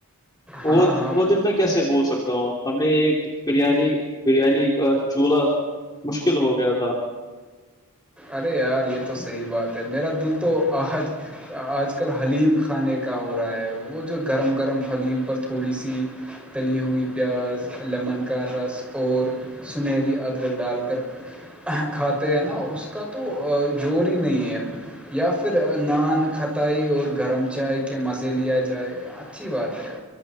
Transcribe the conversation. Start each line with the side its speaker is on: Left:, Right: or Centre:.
Centre: ہاں
Left: وہ
Centre: ہاں
Left: وہ دن میں کیسے بول سکتا ہوں ہم نے ایک بریانی بریانی کا چولہا مشکل ہو گیا تھا
Centre: ارے یار یہ تو صحیح بات ہے میرا دل تو آج آج کل حلیم کھانے کا ہو رہا ہے وہ جو گرم گرم حلیم پر تھوڑی سی تلی ہوئی پیاز لیمن کا رس اور سنہری ادرک ڈال کر کھاتے ہیں نا اس کا تو زور ہی نہیں ہے یا پھر نان کھتائی اور گرم چائے کے مزے لیا جائے اچھی بات ہے